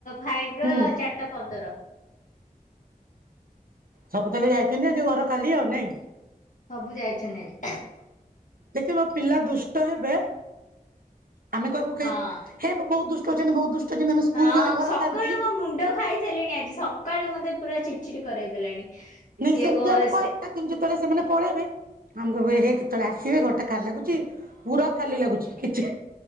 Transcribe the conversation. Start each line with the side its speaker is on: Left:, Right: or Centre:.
Left: ଫାଇଭ୍
Right: ହୁଁ
Left: ର ଚାରିଟା ପନ୍ଦର।
Right: ସବୁ ତାହାଲେ ଯାଇଚନ୍ତି, ଆଜି ଘର ଖାଲି, ଆଉ ନାଇଁ?
Left: ସବୁ ଯାଇଚନ୍ତି ହାରି।
Right: ଦେଖିବ ପିଲା ଦୁଷ୍ଟ ହେବେ ଆମେ କହିବୁ ଖାଲି
Left: ହଁ
Right: ହେ ବହୁତ ଦୁଷ୍ଟ ହଉଚନ୍ତି, ବହୁତ ଦୁଷ୍ଟ ହଉଚନ୍ତି, ଆମେ ସ୍କୁଲ
Left: ହଁ
Right: ଗଲେ ଘରେ
Left: ସକାଳୁ
Right: ଶାନ୍ତି
Left: ମୋ ମୁଣ୍ଡ ଖାଇ ଲେଣି ଆଜି, ସକାଳୁ ମତେ ପୁରା ଚିଡ଼ି ଚିଡ଼ି କରେଇ ଦେଲାଣି,
Right: ନାଇଁ
Left: ସିଏ
Right: ସେମିତି
Left: କ
Right: ଆମେ କହିବା
Left: ସେ
Right: କିନ୍ତୁ ଯେତେବେଳେ ସେମାନେ ପଳେଇବେ, ଆମେ କହିବୁ ଏହେ କେତେବେଳେ ଆସିବେ, ଘରଟା ଖାଲି ଲାଗୁଚି। ପୁରା ଖାଲି ଲାଗୁଚି, କିଛି